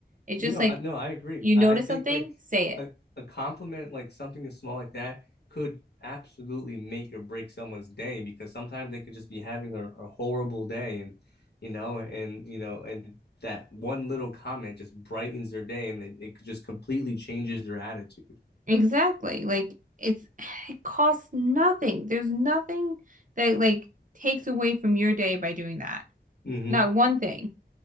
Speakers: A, on the right (about 50°); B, on the left (about 70°).
A: It's
B: You
A: just
B: know,
A: like,
B: I, no, I agree.
A: you
B: I,
A: notice
B: I think
A: something,
B: like
A: say it.
B: a, a compliment, like something as small like that, could absolutely make or break someone's day because sometimes they could just be having a, a horrible day, and you know, and you know, and that one little comment just brightens their day, and it, it just completely changes their attitude.
A: Exactly. Like it's <sighs> it costs nothing. There's nothing that like takes away from your day by doing that.
B: hmm
A: Not one thing.